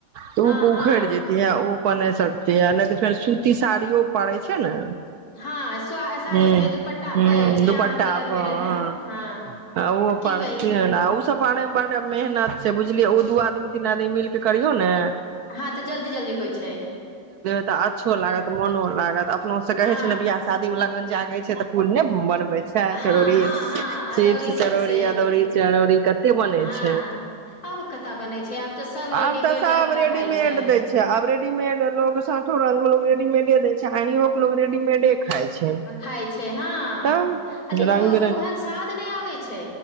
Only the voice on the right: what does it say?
तऽ ओ
पो
उखड़ जेती है ओ अपनने सते नहि तऽ फेर सूती साड़ियो पड़ै छै ने
हूं
हूं
दुपट्टा
पर
ओ
पर
ओस पारै मे मेहनत छै बुझलियै ओ दू आदमी तीन आदमी मिलके करियौ ने
तऽ अच्छो लागत मोनो लागत अपनो से कहे
छै ने बियाह शादी मे लगन जागे छै ते पूल ने बन बै छै
चरौरी
चिप्स
चरौड़ी अदौरी चरौरी कते बनै
छै
आब तऽ सब
रेडीमेड
दै छै आब रेडीमेड लोग साठो राज म लोग रेडीमेडे दे छै अनियो के लोग रेडीमेडे खाइ छै
तऽ
रंग